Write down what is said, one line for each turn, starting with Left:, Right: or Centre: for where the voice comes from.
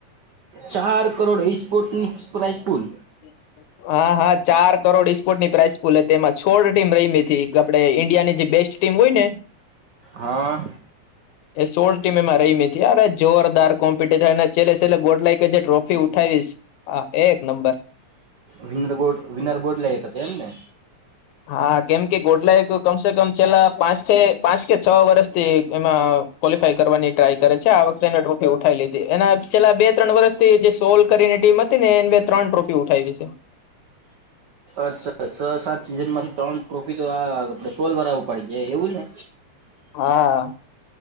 Right: ચાર કરોડ ઈ સ્પોટનિક્સ પ્રાઇસ પુલ
Left: <inaudible> હા, હા ચાર કરોડ ઇસ્પોર્ટની પ્રાઇસ પૂલ હતી એમાં છોળ ટીમ રયમીથી આપડે ઈન્ડિયાની જે બેસ ટીમ હોય ને
Right: હા.
Left: એ સોળ ટીમ એમાં રયમીતી અરે જોરદાર કોમ્પિટિશન અને છેલ્લે-છેલ્લે ગોડલાયકે જે ટ્રોફી ઉઠા વીસ હા એક નંબર
Right: વિનર ગોડ વિનર ગોડલાયક હતે એમને?
Left: હા કેમ કે ગોડલાકે તો કમસે કમ છેલ્લા પાંચથી પાંચ કે છ વર્ષથી એમાં કોલીફાઈ કરવાની ટ્રાય કરે છે, આ વખતે એને ટ્રોફી ઉઠાવી લીધી એના છેલ્લા બે-ત્રણ વર્ષથી જે સોલ્વ કરીને ટીમ હતીને એમને ત્રણ ટ્રોફી ઉઠાયવી છે.
Right: અચ્છા છ-સાત સીઝનમાંથી ત્રણ ટ્રોફી તો આ આપડે સોલ વારા ઉપાડી ગયા એવું ને?
Left: હા